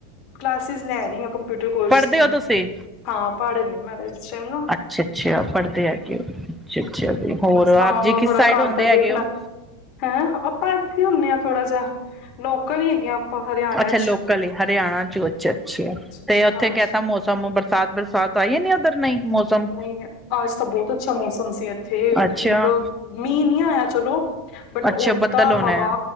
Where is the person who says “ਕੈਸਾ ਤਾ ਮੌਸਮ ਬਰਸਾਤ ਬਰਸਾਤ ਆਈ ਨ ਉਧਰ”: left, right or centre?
Centre